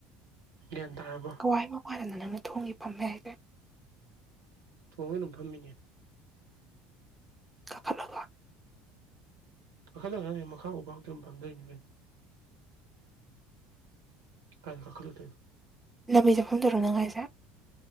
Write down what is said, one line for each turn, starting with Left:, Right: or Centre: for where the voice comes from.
Right: ꯒ꯭ꯌꯥꯟ ꯇꯥꯔꯕ
Centre: ꯋꯥꯏꯕ ꯋꯥꯔꯅ ꯅꯪꯅ ꯊꯣꯡꯉꯦ ꯐꯝꯃꯦ ꯍꯥꯏꯁꯔꯦ
Right: ꯊꯣꯡꯉ ꯑꯗꯨꯝ ꯐꯝꯃꯤꯅꯦ
Centre: <unintelligible>
Right: ꯀꯥꯈꯠꯂꯛꯅꯦ ꯃꯈꯥ ꯎꯕꯥꯇꯝ ꯄꯝꯗꯣꯏꯅꯤꯕꯅꯦ ꯀꯥꯏꯅꯥꯠꯂꯛꯇꯣꯏꯣ
Centre: ꯂꯝꯕꯤ ꯆꯠꯐꯝꯗꯧꯔꯣ ꯅꯪ ꯍꯥꯏꯁꯦ